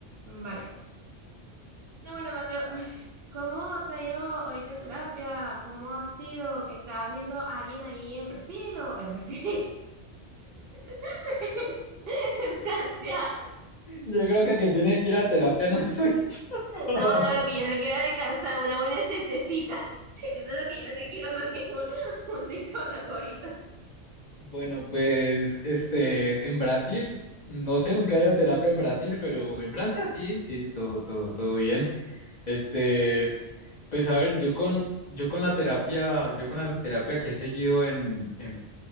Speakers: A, on the right; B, on the left.
A: Vale. No, bueno, Mateo, <laughs> <sighs> ¿cómo te ha ido ahorita en terapia? ¿Cómo ha sido? ¿Estás viendo a alguien ahí en Brasil o en Brasil? <laughs> En Francia.
B: Yo creo que el que tiene que ir a terapia <laughs> no soy yo. <laughs>
A: No, no, lo que yo no quiero es descansar, una buena siestecita. <laughs> Eso es lo que yo no quiero más que un, un psicólogo ahorita.
B: Bueno, pues este, en Brasil, no sé, nunca he ido a terapia en Brasil, pero en Francia sí, sí, todo, todo, todo bien. Este, pues a ver, yo con, yo con la terapia, yo con la terapia que he seguido en, en,